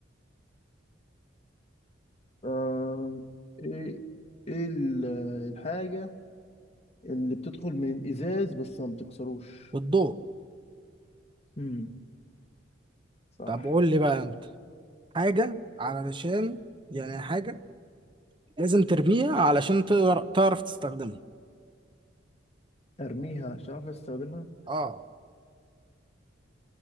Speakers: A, on the left (about 30°); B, on the right (about 25°).
A: آم... ايه ايه ال- الحاجة اللي بتدخل من الإزاز بس ما بتكسروش
B: والضوء
A: مم. صح
B: طب قول لي بقى انت حاجة علشان يعني حاجة لازم ترميها علشان تقدر تعرف تستخدمها
A: ارميها عشان اعرف استخدمها
B: اه